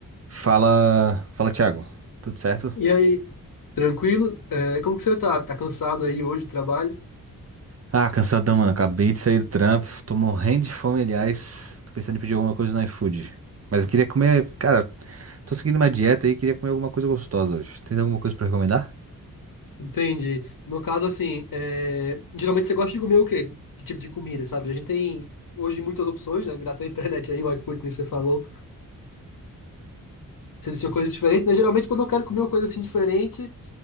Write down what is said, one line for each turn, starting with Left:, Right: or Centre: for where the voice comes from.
Right: Fala, fala, Thiago. Tudo certo?
Left: E aí, tranquilo? É, como que você tá? Tá cansado aí hoje do trabalho?
Right: Ah, cansadão, mano. Acabei de sair do trampo. Tô morrendo de fome, aliás. Tô pensando em pedir alguma coisa no iFood. Mas eu queria comer, cara, tô seguindo uma dieta aí, queria comer alguma coisa gostosa hoje. Tem alguma coisa pra recomendar?
Left: Entendi. No caso, assim, é, geralmente você gosta de comer o quê? Que tipo de comida, sabe? A gente tem hoje muitas opções, né? Graças à internet aí, o iFood, nem você falou. Você disse coisas diferentes, né? Geralmente, quando eu quero comer uma coisa assim diferente,